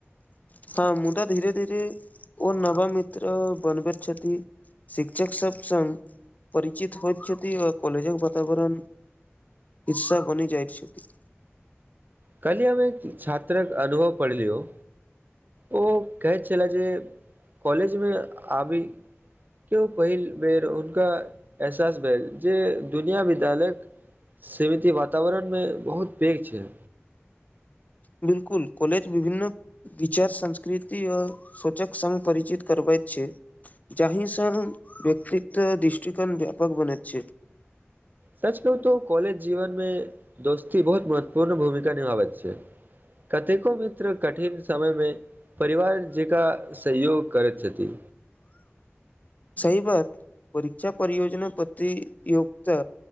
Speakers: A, on the left; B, on the right.
A: हँ मुदा धीरे धीरे ओ नवा मित्र बनबैत छथि शिक्षक सभ सग परिचित होइ छथि आ कॉलेजक वातावरण हिसा बनि जाइत छथि
B: कल्ही हम एक छात्रक अनुभव पढ़लौ ओ कहैत छलाह जे कॉलेजमे आबी के ओ पहिल बेर उनका एहसास भेल जे दुनिया विद्यालयक सीमिति वातावरणमे बहुत पैघ छैय।
A: बिल्कुल कॉलेज विभिन्न विचार संस्कृति आ सोचक संघ परिचित करबैत छैय। जहिसर संघ व्यक्तित्व दृष्टिकोण व्यापक बन छैय।
B: सच कहू तो कॉलेज जीवन में दोस्ती बहुत महत्वपूर्ण भूमिका निभाबैत छैय। कतेको मित्र कठिन समयमे परिवार जेका सहयोग करैत छथि।
A: सहि बात परीक्षा परियोजना प्रतियोगता